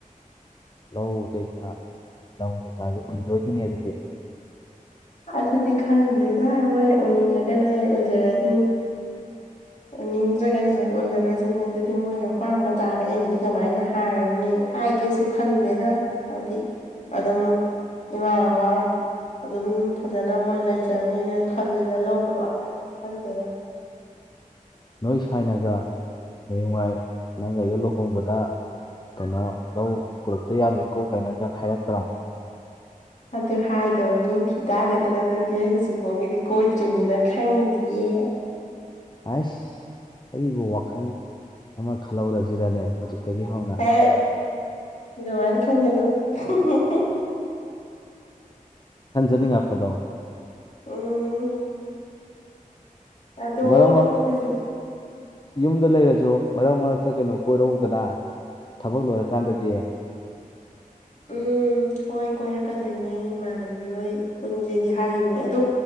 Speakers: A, on the left; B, on the left.
A: ꯂꯧ ꯀꯩꯀꯥ ꯂꯧ ꯀꯩꯀꯥꯗꯨ ꯎꯟꯗꯣꯏꯒꯤꯅꯦ ꯑꯗꯨꯗꯤ
B: ꯑꯗꯨꯗꯤ ꯈꯪꯗꯦꯗ ꯃꯣꯏꯅ ꯎꯅꯤꯡꯉꯒꯅ ꯍꯦꯛ ꯎꯟꯖꯔꯅꯤ
A: <inaudible>
B: ꯅꯤꯡꯗ꯭ꯔꯒꯅ ꯍꯦꯛ ꯎꯜꯂꯔꯣꯏꯁꯤꯅꯦ ꯑꯗꯨꯗꯤ ꯃꯣꯏꯒꯤ ꯑꯄꯥꯝꯕ ꯇꯥꯔꯦ ꯑꯩꯅꯗꯤ ꯀꯃꯥꯏꯅ ꯍꯥꯏꯔꯅꯤ ꯍꯥꯏꯒꯦꯁꯨ ꯈꯟꯗꯦꯅ ꯍꯥꯏꯗꯤ ꯑꯗꯨꯝ ꯏꯃꯥ ꯕꯕꯥ ꯑꯗꯨꯝ ꯐꯖꯅ ꯃꯣꯏ ꯂꯩꯖꯅꯤꯅ ꯈꯜꯂꯤꯅ ꯂꯧꯕꯩ ꯋꯥꯈꯜꯗꯤ ꯈꯟꯗꯦꯔ
A: ꯅꯣꯏ ꯁꯥꯏꯅꯒ ꯍꯌꯨꯉꯥꯏ ꯂꯪꯒꯩꯒ ꯂꯨꯍꯣꯡꯕꯗ ꯀꯟꯅ ꯂꯧ ꯄꯨꯔꯛꯇ ꯌꯥꯔꯣꯏꯀꯣ ꯀꯥꯏꯅꯒ ꯍꯥꯏꯔꯛꯇ꯭ꯔꯥ
B: ꯑꯗꯨ ꯍꯥꯏꯗꯣꯏ ꯃꯤ ꯊꯤ ꯇꯥꯔꯦꯗꯅ ꯑꯗꯨꯗꯤ ꯍꯧꯖꯤꯛꯐꯥꯎ ꯒꯤꯗꯤ ꯀꯣꯏꯗ꯭ꯔꯤꯃꯤꯅꯤꯅ ꯈꯪꯗꯌꯦ
A: ꯑꯩꯁ ꯑꯩꯕꯨ ꯋꯥꯈꯜ ꯑꯃ ꯈꯜꯍꯧꯔꯁꯤꯔꯅꯦ ꯍꯧꯖꯤꯛꯇꯒꯤ ꯍꯧꯅ
B: ꯍꯦꯏꯠ ꯗꯣꯃꯥꯏꯅ ꯈꯟꯒꯅꯨ ꯍꯨꯝ
A: ꯑꯟꯖꯅꯤꯉꯛꯄꯥꯗꯣ
B: ꯎꯝ ꯑꯗꯣ
A: ꯃꯔꯛ ꯃꯔꯛ
B: ꯑꯩꯈꯣꯏꯁꯨ
A: ꯌꯨꯝꯗ ꯂꯩꯔꯁꯨ ꯃꯔꯛ ꯃꯔꯛꯇ ꯀꯩꯅꯣ ꯀꯣꯏꯔꯧꯗꯅ ꯊꯕꯛ ꯂꯣꯏꯔꯀꯥꯟꯗꯗꯤ
B: ꯎꯝ ꯍꯣꯏ ꯀꯣꯏꯔꯛꯀꯗꯣꯏꯅꯦ ꯏꯃꯥꯟꯅꯕꯤ ꯍꯣꯏ ꯄꯨꯟꯁꯦꯗꯤ ꯍꯥꯏꯈꯤꯕꯅꯦ ꯑꯗꯣ